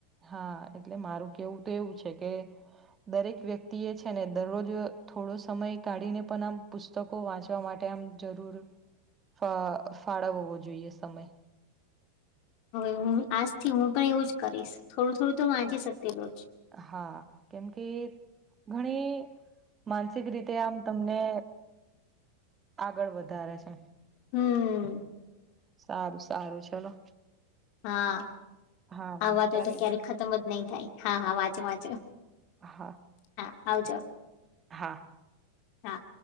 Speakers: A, on the right; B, on the left.
A: હા એટલે મારું કેવું તો એવું છે કે દરેક વ્યક્તિ એ છે ને દરરોજ થોડો સમય કાઢીને પણ આમ પુસ્તકો વાંચવા માટે તેમ જરૂર ફ ફાળવ હોવો જોઈએ સમય
B: હવે હું આજથી હું પણ એવું જ કરીશ થોડું થોડું તો વાચી સકતી રોજ
A: હા કેમ કે ઘણી માનસિક રીતે આમ તમને આગળ વધારે છે.
B: હમ
A: સારું સારું ચલો
B: હા
A: હા
B: આ
A: વાંચતા
B: વાતો તો
A: રેજો
B: ક્યારેક ખતમ જ નહી થાય હા હા હા વાંચું વાંચું
A: હા
B: હા આવજો
A: હા
B: હા